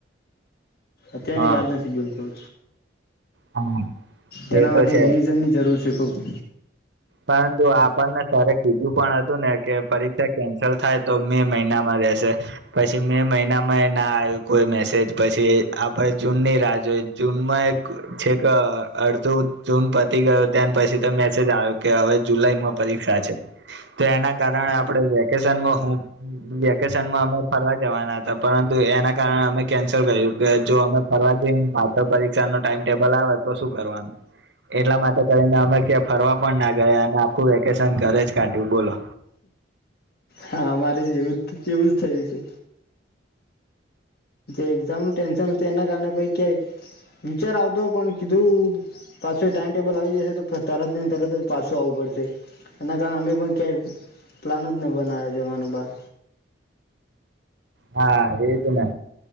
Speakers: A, on the left; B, on the right.
A: અત્યારે
B: હા
A: યાદ બિલકુલ.
B: હા
A: તેના
B: એ તો
A: માટે
B: છે
A: રિઝન ની જરૂર છે. <unintelligible>
B: પરંતુ આપણને સર કીધું પણ હતું ને કે પરીક્ષા કેન્સલ થાય તો મે મહિનામાં રહેશે પછી મે મહિનામાં એ ના આવ્યું કોઈ મેસેજ પછી આપણે જૂનની રાહ જોઈ જૂનમાં એક છેક અડધું જૂન પતી ગયો તે પછી તો મેસેજ આવ્યો. કે હવે જુલાઈમાં પરીક્ષા છે તો એના કારણે આપણે વેકેશનમાં હું વેકેશનમાં અમે ફરવા જવાના હતા પરંતુ એના કારણે અમે કેન્સલ કર્યું કે જો અમે ફરવા જ પાછળ પરીક્ષા ન ટાઈમ ટેબલ આવે તો શું કરવાનું એટલા માટે કરીને અમે ફરવા પણ ના ગયા અને આખું વેકેશન ઘરે જ કાઢ્યું બોલો.
A: હામારે જેવું જ એવું જ થયું છે. જે એક્ઝામ નું ટેન્શન હતું એના કારણે પ ક્યાં વિચાર આવતો પણ કીધું પાછું ટાઈમ ટેબલ આવી જશે તો તરત ને તરત જ પાછું આવવું પડશે એના કારણે અમે પણ ક્યાંય પ્લાન જ ન બના્યા જવાનું બાર
B: હા એજ ને